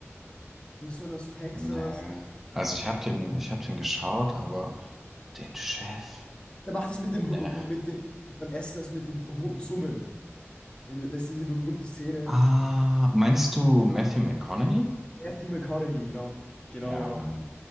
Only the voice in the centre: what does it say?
nee. Also ich habe den, ich habe den geschaut, aber den Chef?
Nee.
Ah, meinst du Matthew McConaughey?
Ja,
Mann.